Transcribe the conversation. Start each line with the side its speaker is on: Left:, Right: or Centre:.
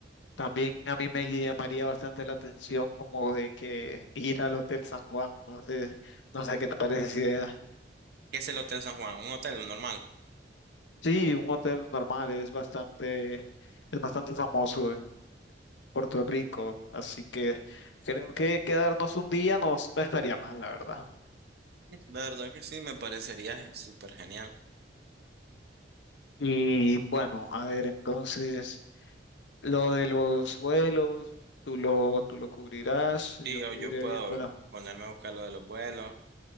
Left: También a mí me llamaría bastante la atención como de que ir al Hotel San Juan, no sé, no sé qué te parece esa idea.
Right: ¿Qué es el Hotel San Juan? ¿Un hotel normal?
Left: Sí, un hotel normal es bastante, es bastante famoso en Puerto Rico, así que creo que quedarnos un día no no estaría mal, la verdad.
Right: La verdad que sí, me parecería gen- súper genial.
Left: Y bueno, a ver, entonces, lo de los vuelos, tú lo, tú lo cubrirás,
Right: Sí,
Left: yo
Right: yo,
Left: iré
Right: yo puedo
Left: viendo la,
Right: ponerme a buscar lo de los vuelos